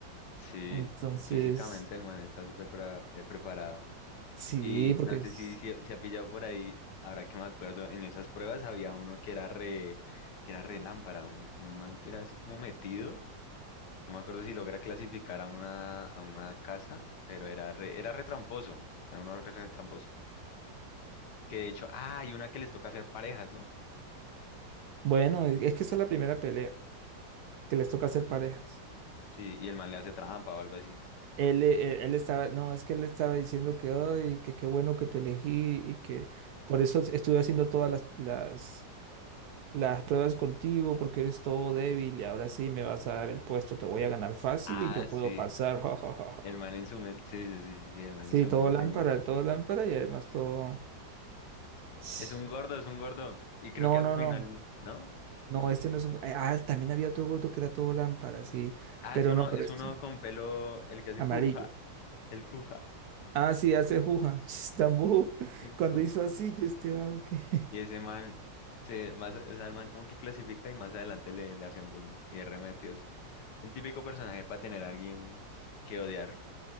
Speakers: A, on the left (about 70°); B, on the right (about 70°).
A: Sí,
B: Entonces,
A: físicamente el man está súper pra- eh, preparado.
B: sí,
A: Y,
B: porque
A: y no sé
B: es,
A: si se si, si ha pillado por ahí, ahora que me acuerdo, en esas pruebas había uno que era re, que era re lámpara, un, un man que era así como metido. No me acuerdo si logra clasificar a una, a una casa, pero era re, era re tramposo, era uno re, re tramposo. Que de hecho, ah, hay una que les toca hacer parejas, ¿no?
B: bueno, es, es que esa es la primera pelea que les toca hacer parejas.
A: Sí, y el man le hace trampa o algo así.
B: Él, eh, él, estaba, no, es que él estaba diciendo que, ay, que qué bueno que te elegí y que por eso estuve haciendo todas las, las, las pruebas contigo porque eres todo débil y ahora sí me vas a dar el puesto, te voy a ganar fácil
A: Ah,
B: y yo puedo
A: sí.
B: pasar, <laughs> ja, ja, ja, ja".
A: El man en su mente. Sí, sí, sí, sí, sí, el man
B: Sí,
A: en su
B: todo
A: mente
B: lámpara,
A: tenía.
B: todo lámpara y además todo... <sniffs>
A: Es un gordo,
B: <tsk>
A: es un gordo. Y creo
B: No,
A: que al
B: no,
A: final,
B: no.
A: ¿no?
B: No, este no es un. Ah, también había otro gordo que era todo lámpara, sí.
A: Ah,
B: Pero
A: es uno,
B: no, pero
A: es
B: este.
A: uno con pelo, el que hace
B: Amarillo.
A: juja, el juja,
B: Ah, sí, hace juja. <laughs> Tambujo.
A: el
B: Cuando
A: juja.
B: hizo así, yo este vago que. <laughs>
A: Y ese man, se, más, o sea, el man como que clasifica y más adelante le, le hacen bullying y es remetidos. El típico personaje para tener a alguien que odiar.